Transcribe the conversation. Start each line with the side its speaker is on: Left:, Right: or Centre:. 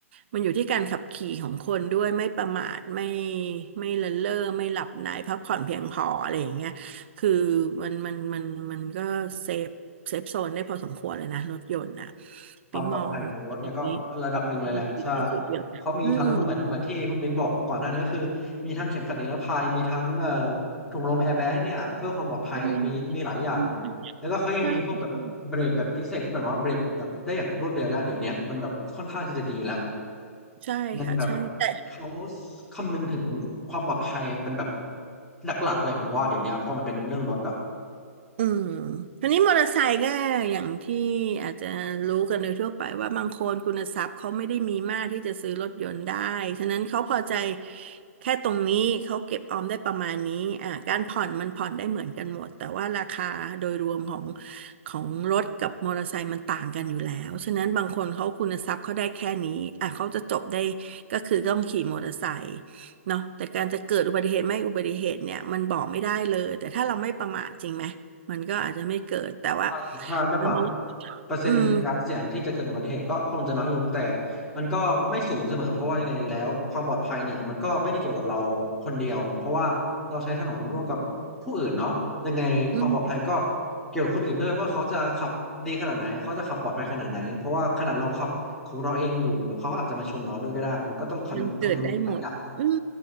Right: มันอยู่ที่การขับขี่ของคนด้วยไม่ประมาทไม่ไม่เลินเล่อไม่หลับในพักผ่อนเพียงพออะไรอย่างเงี้ยคือมันมันมันมันก็เซฟเซฟโซนได้พอสมควรเลยนะรถยนต์นะ
Centre: ความปลอดภัยของรถเนี่ยก็ระดับหนึ่งเลยแหละใช่
Right: ปิ๊งมองดีดีที่สุดอยู่แล้วอืม
Centre: เขามีทั้งเหมือนเหมือนที่คุณบิงบอกก่อนหน้านี้ก็คือมีทั้งเข็มขัดนิรภัยมีทั้งเอ่อถุงลมแอร์แบ็กเนี่ยเพื่อความปลอดภัยมีมีหลายอย่าง
Right: อืมอืม
Centre: แล้วก็เขายังมีพวกแบบเบรกแบบพิเศษที่แบบว่าเบรกแบบได้อย่างรวดเร็วแล้วเดี๋ยวนี้มันแบบค่อนข้างที่จะดีแล้ว
Right: ใช่ใช่ใช่ค่ะใช่แต่
Centre: มันแบบเขาคำนึงถึงความปลอดภัยเป็นแบบหลักๆเลยผมว่าเดี๋ยวนี้ยพอมันเป็นเรื่องรถอะ
Right: อืมทีนี้มอเตอร์ไซค์ก็อย่างที่อาจจะรู้กันโดยทั่วไปว่าบางคนคุณทรัพย์เขาไม่ได้มีมากที่จะซื้อรถยนต์ได้ฉะนั้นเขาพอใจแค่ตรงนี้เขาเก็บออมได้ประมาณนี้อ่าการผ่อนมันผ่อนได้เหมือนกันหมดแต่ว่าราคาโดยรวมของของรถกับมอเตอร์ไซค์มันต่างกันอยู่แล้ว ฉะนั้นบางคนเขาคุณทรัพย์เขาได้แค่นี้อ่าเขาจะจบได้ก็คือต้องขี่มอเตอร์ไซค์เนาะแต่การจะเกิดอุบัติเหตุไม่อุบัติเหตุเนี่ยมันบอกไม่ได้เลยแต่ถ้าเราไม่ประมาทจริงไหม มันก็อาจจะไม่เกิดแต่ว่า
Centre: ใช่ถ้าได้บัตร
Right: เรามอง
Centre: เปอร์เซ็นต์การเสี่ยงที่จะเกิดอุบัติเหตุก็คงจะน้อยลงแต่
Right: อืม
Centre: มันก็ไม่ศูนย์เสมอเพราะว่ายังไงแล้วความปลอดภัยเนี่ยมันก็ไม่ได้เกี่ยวกับเราคนเดียวเพราะว่าเราใช้ถนนร่วมกับผู้อื่นเนาะยังไงความปลอดภัยก็
Right: อืม
Centre: เกี่ยวกับคนอื่นด้วยว่าเขาจะขับดีขนาดไหนเขาจะขับปลอดภัยขนาดไหนเพราะว่าขนาดเราขับของเราเองอยู่เขาก็อาจจะมาชนเราด้วยก็ได้มันก็ต้องคำคำนึงถึงหลายอย่าง
Right: มันเกิดได้หมดอืม